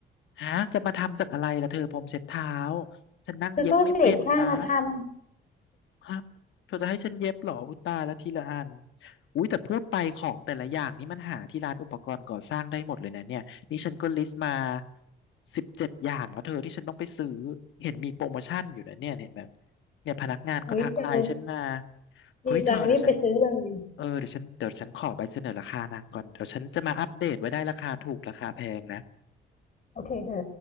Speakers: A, on the left (about 75°); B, on the left (about 40°).
A: ฮะจะมาทำจากอะไรล่ะเธอพรมเช็ดเท้าฉันนั่งเย็บไม่เป็นนะ
B: แล้วก็เศษผ้ามาทำ
A: ฮะเธอจะให้ฉันเย็บเหรออุยตายแล้วทีละอันอุ้ยแต่พูดไปของแต่ละอย่างนี่มันหาที่ร้านอุปกรณ์ก่อสร้างได้หมดเลยนะเนี่ยนี่ฉันก็ลิสต์มาสิบเจ็ดอย่างแล้วเธอที่ฉันต้องไปซื้อเห็นมีโปรโมชั่นอยู่นะเนี่ยเห็นไหมเนี่ยพนักงานเขาทักไลน์ฉันมา
B: อุ๊ยเธอ
A: เฮ้ยเธอเดี๋ยวฉัน
B: ดีจังรีบไปซื้อเลย
A: เออเดี๋ยวฉันเดี๋ยวฉันขอใบเสนอราคานางก่อนเดี๋ยวฉันจะมาอัปเดตไว้ได้ราคาถูกราคาแพงนะ
B: โอเคเธอ